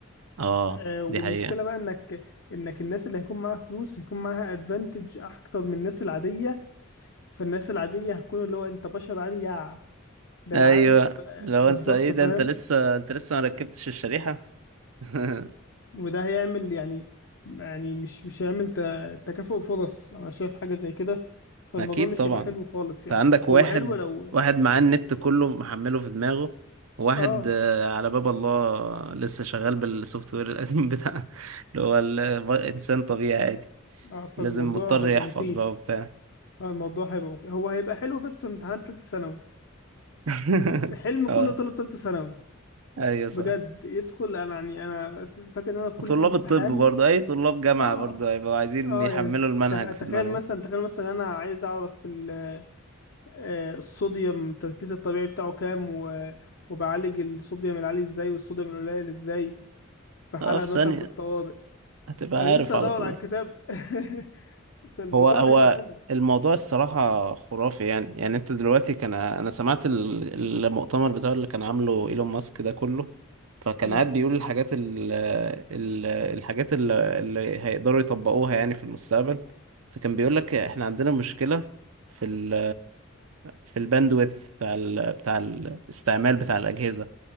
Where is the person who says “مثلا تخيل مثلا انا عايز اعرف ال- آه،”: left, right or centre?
Left